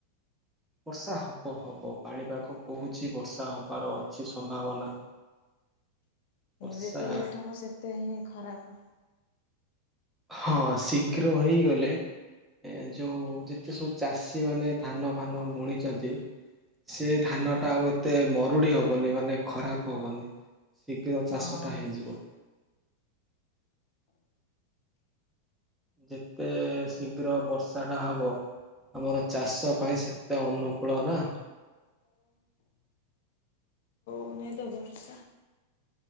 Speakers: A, in the centre; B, on the left (about 55°).
A: ବର୍ଷା ହବ ହବ ପାଣିପାଗ କହୁଛି ବର୍ଷା ହବାର ଅଛି ସମ୍ଭାବନା। ବର୍ଷା
B: ଯେତେ ଲେଟ୍ ହବ ସେତେ ହିଁ ଖରାପ୍।
A: ହଁ ଶୀଘ୍ର ହେଇଗଲେ ଏ ଯେଉଁ ଯେତେ ସବୁ ଚାଷୀମାନେ ଧାନ ଫାନ ବୁଣିଛନ୍ତି ସେ ଧାନ ଟା ଆଉ ଏତେ ମରୁଡି ହବନି ମାନେ ଖରାପ ହବନି। ଶୀଘ୍ର
B: ହଁ।
A: ଚାଷଟା ହେଇଯିବ। ଯେତେ ଶୀଘ୍ର ବର୍ଷାଟା ହବ ଆମର ଚାଷ ପାଇଁ ସେତେ ଅନୁକୂଳ ନା
B: ଏନେ ତ ବର୍ଷା